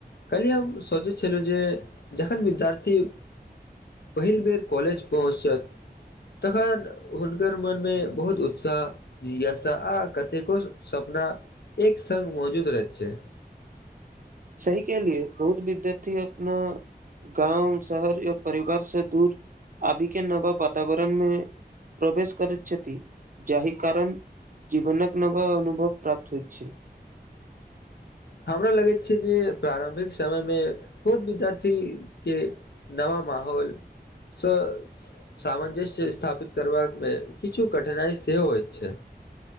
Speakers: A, on the left; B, on the right.
A: कहलियै हम सोचै छलहुँ जे जखन विद्यार्थी पहिल बेेर कॉलज पहुँचत तखन हुनकर मनमे बहुत उत्साह जिज्ञासा आ कतेको सपना एक संघ मौजूद रह छै
B: एहि के लिए बहुत विद्यार्थी अपना गाँव शहर या परिवार से दूर आबी के नबा वातावरणमे प्रवेश करैत छथि जाहि कारण जीवनक नवा अनुभव प्राप्त होइ छै
A: हमरा लगैत छै जे प्रारम्भिक समय मे बहुत विद्यार्थी के नवा म माहौल सँ सामंजस्य स्थापित करबाकामे किछु कठिनाइ सेहो होइत छै